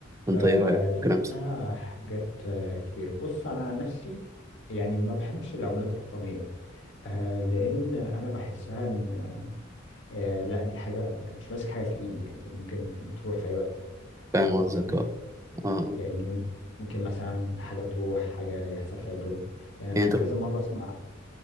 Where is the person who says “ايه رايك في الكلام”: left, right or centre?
Right